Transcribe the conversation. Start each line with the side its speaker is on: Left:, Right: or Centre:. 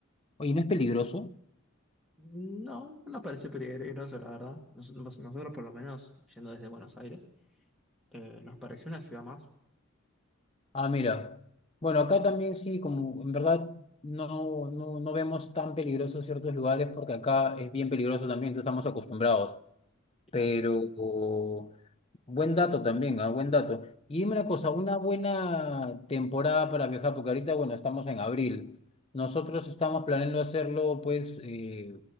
Left: Oye, ¿no es peligroso?
Centre: No, no nos pareció peligroso, la verdad. Nos- nos- nosotros, por lo menos, yendo desde Buenos Aires, eh, nos pareció una ciudad más.
Left: Ah, mira. Bueno, acá también sí, como en verdad no, no, no vemos tan peligrosos ciertos lugares porque acá es bien peligroso también, entonces estamos acostumbrados.
Centre: Claro.
Left: Pero o- buen dato también, ah, Buen dato. Y dime una
Centre: Sí,
Left: cosa, una buena temporada para viajar, porque ahorita, bueno, estamos en abril. Nosotros estamos planeando hacerlo pues eh,